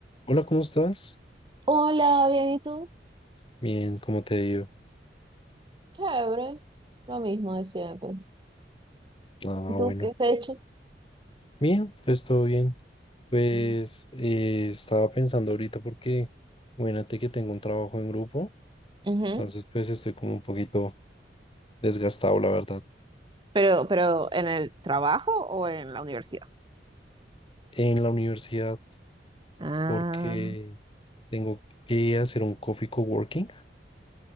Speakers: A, on the left (about 30°); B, on the right (about 25°).
A: Hola, ¿cómo estás?
B: Hola, bien, ¿y tú?
A: Bien, ¿cómo te digo?
B: Chévere, lo mismo de siempre.
A: Ah,
B: ¿Y tú
A: bueno.
B: qué has hecho?
A: Bien, pues todo bien. Pues
B: Mm.
A: eh, estaba pensando ahorita porque, imagínate que tengo un trabajo en grupo,
B: Ujú.
A: entonces pues estoy como un poquito desgastado, la verdad,
B: Pero, pero ¿en el trabajo o en la universidad?
A: en la universidad
B: Ah,
A: porque tengo que hacer un coffee coworking,